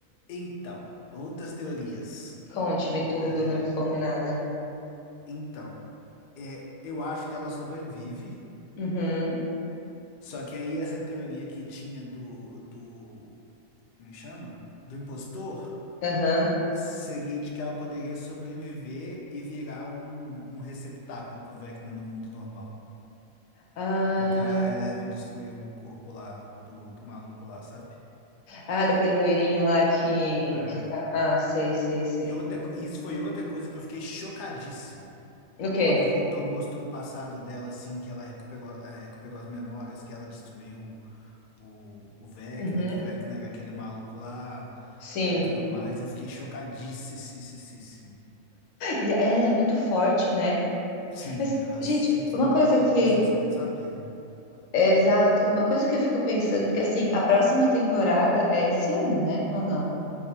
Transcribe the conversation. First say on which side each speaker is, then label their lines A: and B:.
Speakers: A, on the left (about 60°); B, on the left (about 80°).
A: Então, outras teorias.
B: Conte-me tudo,
A: É,
B: não me esconda nada.
A: então, é, eu acho que ela sobrevive,
B: Uhum.
A: só que aí essa teoria que tinha do, do, como chama? Do impostor,
B: Aham.
A: seria de que ela poderia sobreviver e virar um, um receptáculo pro Vecna no mundo normal.
B: Ah,
A: Porque a Eleven destruiu o corpo lá do, do maluco lá, sabe?
B: ah, daquele loirinho lá que,
A: É.
B: que tá. Ah, sei, sei, sei.
A: E outra, co- isso foi outra coisa que eu fiquei chocadíssimo.
B: O quê?
A: Quando voltou, mostrou o passado dela, assim, que ela recuperou, eh, recuperou as memórias, que ela destruiu o, o Vecna,
B: Uhum.
A: que o Vecna era aquele maluco lá
B: Sim.
A: e tudo mais. Eu fiquei chocadíssimo.
B: E ela é muito forte, né?
A: Sim,
B: Mas,
A: ela
B: gente,
A: sempre foi
B: uma
A: muito
B: coisa
A: poderosa,
B: que
A: eu só não sabia.
B: É, exato. Uma coisa que eu fico pensando, porque assim, a próxima temporada é esse ano, né? Ou não?